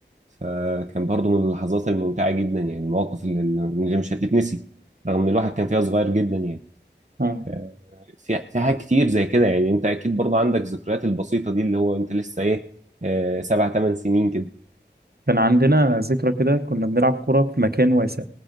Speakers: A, on the right (about 40°); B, on the right (about 60°).
A: فكان برضو من اللحظات الممتعة جدا يعني المواقف اللي اللي مش هتتنسي رغم إن الواحد كان فيها صغير جدا يعني
B: اه
A: آه، في في حاجات كتير زي كده يعني أنت أكيد برضو عندك ذكريات البسيطة دي اللي هو أنت لسه إيه آه، سبع تمن سنين كده
B: كان عندنا ذكرى كده كنا بنلعب كرة في مكان واسع